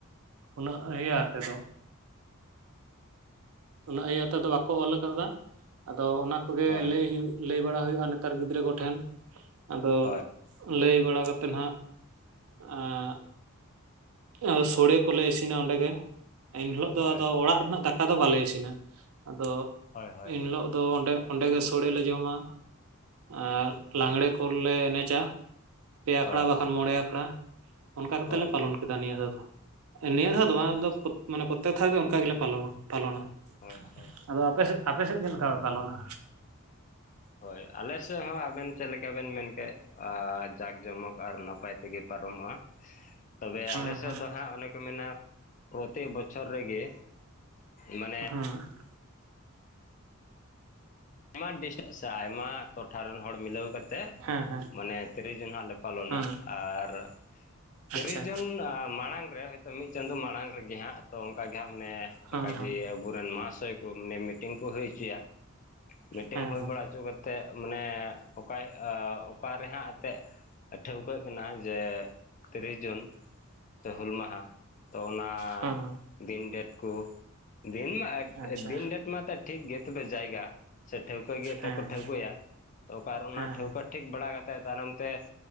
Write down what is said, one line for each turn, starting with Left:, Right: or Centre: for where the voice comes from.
Right: ᱩᱱᱟᱹᱜ ᱤᱭᱟᱹ ᱟᱛᱮᱫᱚ᱾ ᱩᱱᱟᱹᱜ ᱤᱭᱟᱹ ᱛᱮᱫᱚ ᱵᱟᱠᱚ ᱚᱞ ᱟᱠᱟᱫᱟ ᱟᱫᱚ ᱚᱱᱟ ᱠᱚᱜᱮ
Left: ᱦᱳᱭ
Right: ᱞᱟᱹᱭ ᱦᱩᱭᱩᱜ ᱞᱟᱹᱭ ᱵᱟᱲᱟ ᱦᱩᱭᱩᱜ-ᱟ ᱱᱮᱛᱟᱨ ᱜᱤᱫᱽᱨᱟᱹ ᱠᱚᱴᱷᱮᱱ ᱟᱫᱚ
Left: ᱦᱳᱭ
Right: ᱞᱟᱹᱭ ᱵᱟᱲᱟ ᱠᱟᱛᱮᱱ ᱦᱟᱸᱜ ᱟᱸᱜ ᱼᱼ ᱟᱫᱚ ᱥᱳᱲᱮ ᱠᱚᱞᱮ ᱤᱥᱤᱱᱟ ᱚᱱᱰᱮ ᱜᱮ ᱮᱱ ᱦᱤᱞᱚᱜ ᱫᱚ
Left: ᱦᱳᱭ
Right: ᱟᱫᱚ ᱚᱲᱟᱜ ᱨᱮᱱᱟᱜ ᱫᱟᱠ ᱟᱫᱚ ᱵᱟᱞᱮ ᱤᱥᱤᱱᱟ ᱟᱫᱚ
Left: ᱦᱳᱭ ᱦᱳᱭ
Right: ᱤᱱ ᱦᱤᱞᱳᱜ ᱫᱚ ᱚᱸᱰᱮ ᱚᱸᱰᱮ ᱜᱮ ᱥᱳᱲᱮ ᱞᱮ ᱡᱚᱢᱟ ᱟᱨ
Left: ᱦᱳᱭ
Right: ᱞᱟᱝᱜᱽᱬᱮ ᱠᱚᱞᱮ ᱮᱱᱮᱡᱟ᱾ ᱯᱮ ᱟᱠᱷᱲᱟ
Left: ᱦᱳᱭ
Right: ᱵᱟᱠᱷᱟᱱ ᱢᱚᱬᱮ ᱟᱠᱷᱲᱟ ᱚᱱᱠᱟ ᱠᱟᱛᱮ
Left: ᱦᱳᱭ
Right: ᱞᱮ ᱯᱟᱞᱚᱱ ᱠᱮᱫᱟ ᱱᱤᱭᱟᱹ ᱫᱷᱟᱣ ᱫᱚ᱾ ᱮ‌ ᱱᱤᱭᱟᱹ ᱫᱷᱟᱣ
Left: ᱟᱪᱪᱷᱟ
Right: ᱫᱚ ᱵᱟᱝ ᱫᱚ
Left: ᱟᱪᱪᱷᱟ
Right: ᱯᱳᱛ ᱢᱟᱱᱮ ᱯᱚᱛᱛᱮᱠ ᱫᱷᱟᱣ ᱜᱮ ᱚᱱᱠᱟ ᱜᱮᱞᱮ ᱯᱟᱞᱚᱱᱟ ᱯᱟᱞᱚᱱᱟ᱾
Left: ᱦᱳᱭ ᱦᱳᱭ᱾
Right: ᱟᱫᱚ ᱟᱯᱮ ᱥᱮᱜ ᱟᱯᱮ ᱥᱮᱜ ᱪᱮᱜ ᱞᱮᱠᱟ ᱯᱮ ᱯᱟᱞᱚᱱᱟ?
Left: ᱦᱳᱭ, ᱟᱞᱮ ᱥᱮᱜ ᱦᱚᱸ ᱟᱵᱮᱱ ᱪᱮᱜ ᱞᱮᱠᱟ ᱵᱮᱱ ᱢᱮᱱ ᱠᱮᱜ ᱟᱡ ᱡᱟᱠ ᱡᱚᱢᱚᱠ ᱟᱨ ᱱᱟᱯᱟᱭ ᱛᱮᱜᱮ ᱯᱟᱨᱚᱢᱚᱜ-ᱟ᱾ ᱛᱚᱵᱮ
Right: ᱦᱮᱸ
Left: ᱟᱞᱮ
Right: ᱦᱮᱸ
Left: ᱥᱮᱜ ᱫᱚ ᱦᱟᱸᱜ ᱚᱱᱮ ᱠᱚ ᱢᱮᱱᱟ ᱯᱨᱚᱛᱮᱠ ᱵᱚᱪᱷᱚᱨ ᱨᱮᱜᱮ ᱢᱟᱱᱮ
Right: <unintelligible>
Left: ᱟᱭᱢᱟ ᱰᱤᱥᱴ ᱥᱮ ᱟᱭᱢᱟ ᱴᱚᱴᱷᱟ ᱨᱮᱱ ᱦᱚᱲ ᱢᱤᱞᱟᱹᱣ ᱠᱟᱛᱮᱜ
Right: ᱦᱮᱸ ᱦᱮᱸ ᱦᱮᱸ
Left: ᱢᱟᱱᱮ ᱛᱤᱨᱤᱥ ᱡᱩᱱ ᱦᱟᱸᱜ ᱞᱮ ᱯᱟᱞᱚᱱᱟ
Right: ᱦᱮᱸ
Left: ᱟᱨ ᱛᱤᱨᱤᱥ
Right: ᱟᱪᱪᱷᱟ
Left: ᱡᱩᱱ ᱢᱟᱬᱟᱝ ᱨᱮ ᱦᱳᱭᱛᱳ ᱢᱤᱫ ᱪᱟᱸᱫᱳ ᱢᱟᱬᱟᱝ ᱨᱮᱜᱮ ᱦᱟᱸᱜ ᱛᱚ ᱚᱱᱠᱟ ᱜᱮ ᱦᱟᱸᱜ ᱢᱟᱱᱮ
Right: ᱦᱮᱸ
Left: ᱚᱱᱠᱟ
Right: ᱦᱮᱸ
Left: ᱜᱤ‌ ᱟᱹᱵᱩ ᱨᱮᱱ ᱢᱟᱦᱟᱥᱚᱭ ᱠᱩ, ᱢᱟᱱᱮ ᱢᱤᱴᱤᱝ ᱠᱩ ᱦᱩᱭ ᱩᱪᱩ ᱭᱟ᱾ ᱢᱤᱴᱤᱝ
Right: ᱦᱮᱸ
Left: ᱦᱩᱭ
Right: ᱦᱮᱸ
Left: ᱵᱟᱲᱟ ᱩᱪᱩ ᱠᱟᱛᱮᱜ ᱢᱟᱱᱮ ᱚᱠᱟ‌ᱭ ᱚ ᱚᱠᱟ ᱨᱮᱦᱟᱸᱜ ᱟᱛᱮᱜ ᱴᱷᱟᱹᱣᱠᱟᱹᱜ ᱠᱟᱱᱟ ᱡᱮ ᱛᱤᱨᱤᱥ ᱡᱩᱱ᱾ ᱥᱮ ᱦᱩᱞ ᱢᱟᱦᱟᱸ, ᱛᱚ ᱚᱱᱟ
Right: ᱦᱮᱸ ᱦᱮᱸ
Left: ᱫᱤᱱ ᱰᱮᱴ ᱠᱩ᱾ ᱫᱤᱱ ᱢᱟ
Right: ᱟᱪᱪᱷᱟ
Left: ᱮ ᱫᱤᱱ ᱰᱮᱴ ᱢᱟ ᱛᱟᱠ ᱴᱷᱤᱠ ᱜᱮ ᱛᱚᱵᱮ ᱡᱟᱭᱜᱟ ᱥᱮ ᱴᱷᱟᱹᱣᱠᱟᱹ ᱜᱮ ᱮᱛᱮᱜ
Right: ᱦᱮᱸ
Left: ᱠᱚ
Right: ᱦᱮᱸ
Left: ᱴᱷᱟᱹᱣᱠᱟᱹ ᱭᱟ ᱛᱚ ᱚᱠᱟ ᱨᱮ ᱚᱱᱟ
Right: ᱦᱮᱸ
Left: ᱴᱷᱟᱹᱣᱠᱟᱹ
Right: ᱦᱮᱸ
Left: ᱴᱷᱤᱠ ᱵᱟᱲᱟ ᱠᱟᱛᱮᱜ ᱛᱟᱭᱱᱚᱢ ᱛᱮ